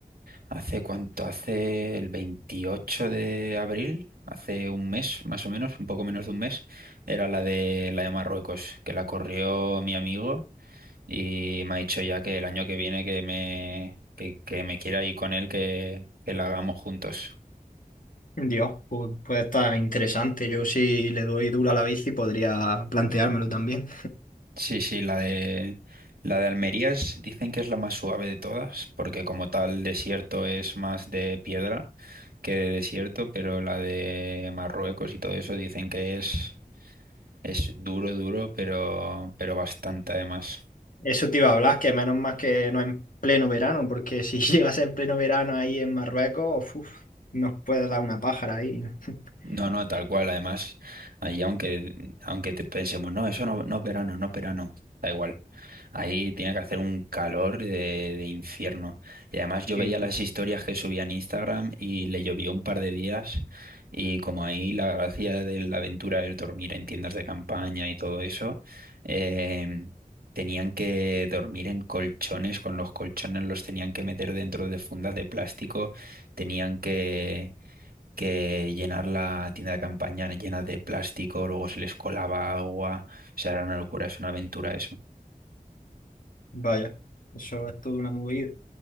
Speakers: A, on the right; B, on the left.
A: hace cuánto, hace el 28 de abril, hace un mes más o menos, un poco menos de un mes, era la de la de Marruecos, que la corrió mi amigo. Y me ha dicho ya que el año que viene que me, que, que me quiera ir con él, que, que la hagamos juntos.
B: Dios, pues puede estar interesante. Yo si le doy duro a la bici podría planteármelo también.
A: Sí, sí, la de, la de Almería es- dicen que es la más suave de todas, porque como tal desierto es más de piedra que de desierto, pero la de Marruecos y todo eso dicen que es, es duro, duro, pero, pero bastante además.
B: Eso te iba a hablar, que menos más que no en pleno verano, porque si <laughs> llegas en pleno verano ahí en Marruecos, uf, nos puede dar una pájara ahí. <laughs>
A: No, no, tal cual. Además, allí aunque, aunque te pensemos, no, eso no, no es verano, no es verano, da igual. Ahí tiene que hacer un calor de, de infierno. Y además yo
B: Sí,
A: veía
B: sí.
A: las historias que subía en Instagram y le llovió un par de días. Y como ahí la gracia de la aventura es dormir en tiendas de campaña y todo eso, eh, tenían que dormir en colchones, con los colchones los tenían que meter dentro de fundas de plástico, tenían que que llenar la tienda de campaña llena de plástico, luego se les colaba agua, o sea, era una locura, es una aventura eso.
B: Vaya, eso es toda una movida.